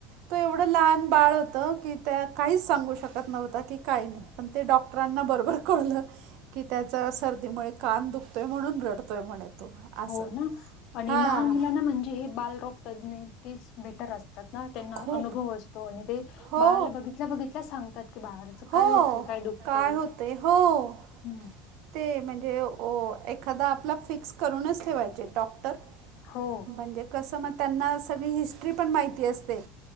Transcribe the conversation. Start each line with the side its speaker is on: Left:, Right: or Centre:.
Right: तो एवढ लहान बाळ होतं की त्या काहीच सांगू शकत नव्हत की काय पण ते डॉक्टरांना बरोबर कळलं की त्याचा सर्दीमुळे कान दुखतोय म्हणून रडतोय म्हणे तो असं
Left: हो ना आणि
Right: हां
Left: लहान मुलांना म्हणजे हे बालरोग तज्ञ तेच बेटर असत. त्यांना त्यांना
Right: खूप
Left: अनुभव असतो आणि ते
Right: हो
Left: बाळाला बघितल्या बघितल्या सांगतात की बाळाला
Right: हो
Left: काय होतय काय दुखतय,
Right: होते हो
Left: हम्म.
Right: ते म्हणजे... हो एखादा आपला फिक्स करूनच ठेवायचे डॉक्टर
Left: हो
Right: म्हणजे... कस मग त्यांना सगळी हिस्ट्री पण माहिती असते.